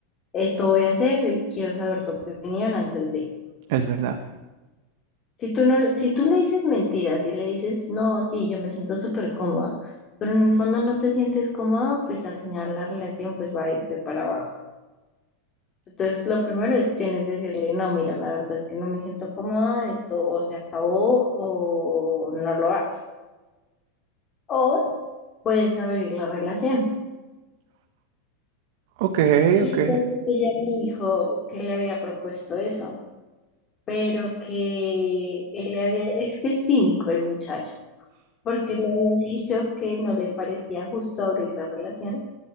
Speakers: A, on the left (about 25°); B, on the right (about 60°).
A: esto voy a hacer, y quiero saber tu opinión antes de...
B: Es verdad.
A: Si tú no, si tú le dices mentiras y le dices, no, sí, yo me siento súper cómoda, pero en el fondo no te sientes cómoda, pues al final la relación pues va a ir de para abajo. Entonces, lo primero es tienes que decirle, no, mira, la verdad es que no me siento cómoda, esto o se acabó o no lo haces. O puedes abrir la relación.
B: Ok,
A: Y
B: ok.
A: entonces ella me dijo que le había propuesto eso, pero que él le había, es que es cínico el muchacho porque le había dicho que no le parecía justo abrir la relación,